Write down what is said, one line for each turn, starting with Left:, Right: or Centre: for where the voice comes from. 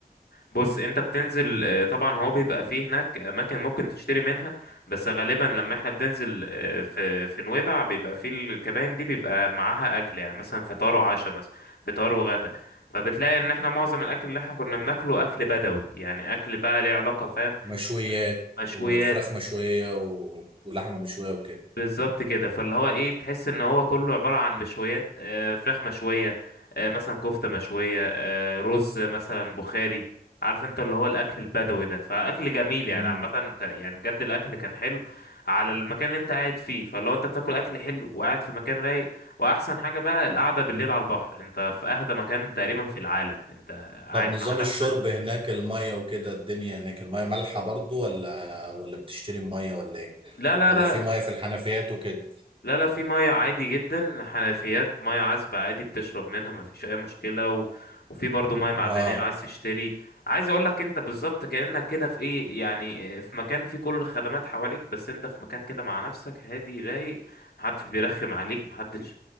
Left: بص انت بتنزل آه، طبعا هو بيبقى فيه هناك اماكن ممكن تشتري منها بس غالبا لما احنا بننزل آه، في في نويبع بيبقى فيه الكباين دي بيبقى معاها اكل يعني مثلا فطار وعشاء مثلا فطار وغدا فبتلاقي ان احنا معظم الاكل اللي احنا كنا بناكله اكل بدوي يعني اكل بقى ليه علاقة فاهم
Right: مشويات
Left: مشويات
Right: وفراخ مشويه و... ولحمه مشويه وكده
Left: بالظبط كده فاللي هو ايه تحس ان هو كله عبارة عن مشويات آه، فراخ مشوية آه، مثلا كفتة مشوية آه، رز مثلا بخاري عارف انت اللي هو الاكل البدوي ده فاكل جميل يعني
Right: امم
Left: عامة كان- يعني بجد الاكل كان حلو على المكان اللي انت قاعد فيه فاللي هو انت بتاكل اكل حلو وقاعد في مكان رايق واحسن حاجة بقى القعدة بالليل على البحر انت في اهدى مكان تقريبا في العالم انت قاعد
Right: طب نظام
Left: مع
Right: الشرب
Left: نفسك
Right: هناك المية وكده الدنيا هناك المية مالحة برضو ولا ولا بتشتري مية ولا ايه
Left: لا لا
Right: ولا
Left: لا
Right: في مية في الحنفيات وكده
Left: لا لا في مية عادي جدا حنفيات مية عذبة عادي بتشرب منها مفيش أي مشكلة و... وفي برضو مية معدنية
Right: اه
Left: عايز تشتري عايز أقولك أنت بالظبط كأنك كده في إيه يعني آه، في مكان فيه كل الخدمات حواليك بس أنت في مكان كده مع نفسك هادي رايق محدش بيرخم عليك محدش